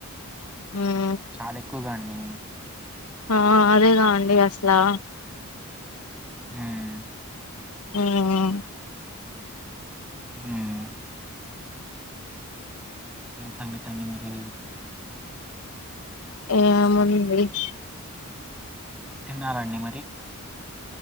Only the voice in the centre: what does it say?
చాలై కువండి
హ్మ్
హ్మ్ ఏం సంగతి అండి మరి
తిన్నారండి మరి